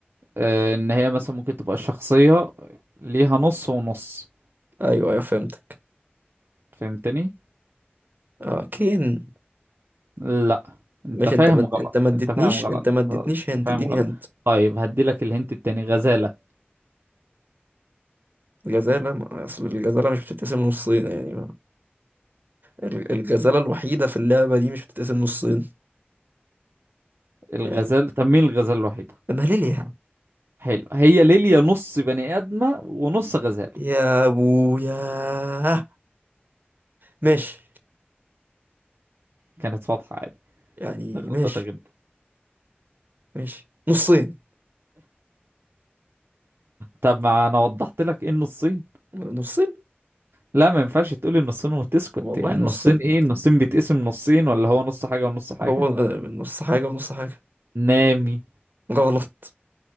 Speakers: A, on the right; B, on the right.
A: آه، ان هي مثلا ممكن تبقى الشخصية ليها نص ونص
B: أيوه أيوه فهمتك
A: فهمتني
B: آه كين
A: لا انت
B: ماشي
A: فاهم
B: أنت ما
A: غلط
B: أنت ما اديتنيش
A: انت فاهم غلط
B: أنت ما اديتنيش
A: آه،
B: هنت
A: انت فاهم
B: اديني
A: غلط
B: هنت
A: طيب هدي لك الهنت التاني غزالة
B: الجزالة ما- أصل الجزالة مش بتتقسم نصين يعني ال- الغزالة الوحيدة في اللعبة دي مش بتتقسم نصين
A: الغزال
B: يعني
A: طب مين الغزالة الوحيدة
B: ماليليا
A: حلو هي ليليا نص بني ادمه ونص غزاله
B: يا ابويا ماشي
A: كانت واضحه عادي
B: يعني
A: ده غلطتك
B: ماشي
A: جدا
B: ماشي نصين
A: طب ما انا وضحت لك ايه النصين
B: نصين
A: لا ما ينفعش تقولي النصين وتسكت
B: والله
A: يعني
B: نصين
A: النصين ايه النصين بيتقسم نصين ولا هو نص حاجه ونص حاجه
B: هو نص حاجة ونص حاجة
A: نامي
B: غلط